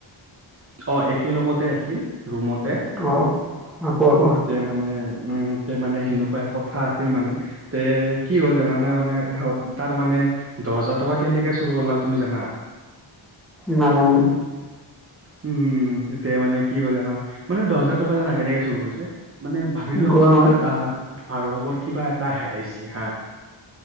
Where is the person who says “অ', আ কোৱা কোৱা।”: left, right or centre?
Centre